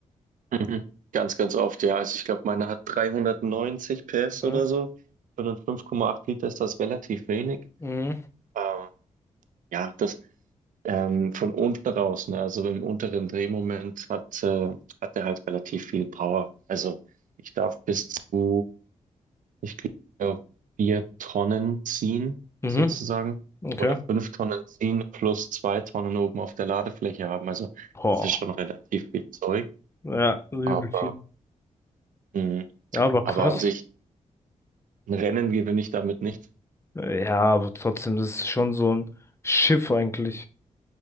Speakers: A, on the right; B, on the left.
A: mhm. ganz, ganz oft, ja. Also ich glaube, meine hat 390 PS
B: Ja.
A: oder so. Für einen fünf Komma acht Liter ist das relativ wenig.
B: Mhm.
A: Ähm, ja, das ähm, von unten raus, ne? Also im unteren Drehmoment hat, äh, hat er halt relativ viel Power. Also ich darf bis zu ich glaube, vier Tonnen ziehen
B: Mhm.
A: sozusagen
B: Okay.
A: oder fünf Tonnen ziehen plus zwei Tonnen oben auf der Ladefläche haben. Also
B: Boah.
A: das ist schon relativ viel Zeug,
B: Ja, übel
A: aber,
B: viel.
A: mh,
B: Ja, aber
A: aber
B: krass.
A: an sich ein Rennen gewinne ich damit nicht.
B: Ja, aber trotzdem, das ist schon so ein Schiff eigentlich.